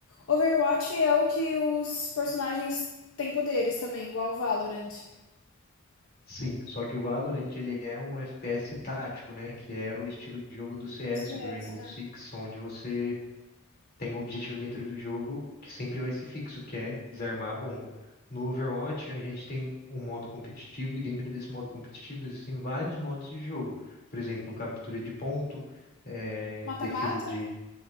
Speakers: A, on the left; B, on the left.
A: Overwatch é o que os personagens têm poderes também, igual o Valorant.
B: Sim, só que o Valorant ele é um FPS tático, né? Que é o estilo de jogo do CS,
A: CS.
B: do Rainbow
A: Ah,
B: Six, onde você tem um objetivo dentro do jogo que sempre vai ser fixo, que é desarmar a bomba. No Overwatch, a gente tem um modo competitivo e dentro desse modo competitivo existem vários modos de jogo. Por exemplo, captura de ponto, eh,
A: Mata-mata?
B: defesa de